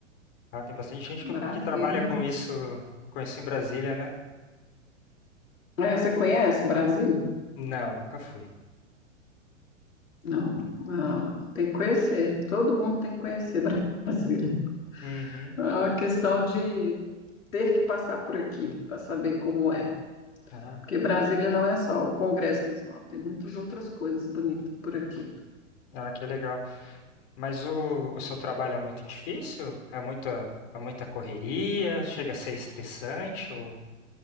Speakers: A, on the left; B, on the left.
A: Ah, tem bastante gente com-
B: Brasília.
A: que trabalha com isso, com isso em Brasília, né?
B: É, você conhece Brasília?
A: Não, nunca fui.
B: Não, Ah, tem que conhecer, todo mundo tem que conhecer Brasília.
A: Uhum.
B: É uma questão de ter que passar por aqui para saber como é.
A: Ah,
B: Porque Brasília não é só o Congresso Nacional, tem muitas outras coisas bonitas por aqui.
A: ah, que legal. Mas o, o seu trabalho é muito difícil? É muita, é muita correria? Chega a ser estressante? Ou,